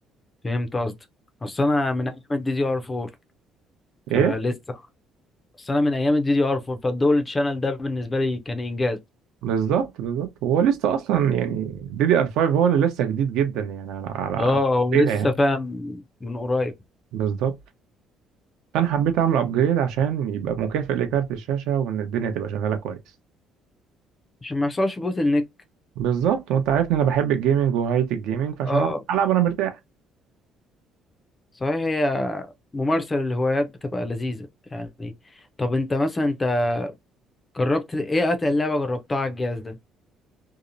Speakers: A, on the left; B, on the right.
A: فهمت قصدك اصل انا من ايام الدي دي ار 4 فلسه
B: ايه
A: اصل انا من ايام الدي دي ار 4 فالدول تشانل ده بالنسبه لي كان انجاز
B: بالظبط بالظبط هو لسه اصلا يعني دي دي ار 5 هو اللي لسه جديد جدا يعني على على
A: اه ولسه
B: بينا يعني
A: فاهم من قريب
B: بالظبط فانا حبيت اعمل ابجريد عشان يبقى مكافئ لكارت الشاشه وان الدنيا تبقى شغاله كويس
A: عشان ما يحصلش بوتل نيك
B: بالظبط وانت عارف ان انا بحب الجيمنج وهاية الجيمنج فعشان
A: اه
B: العب انا مرتاح
A: صحيح هي ممارسة للهوايات بتبقى لذيذة يعني طب انت مثلا انت جربت ايه اتقل لعبة جربتها على الجهاز ده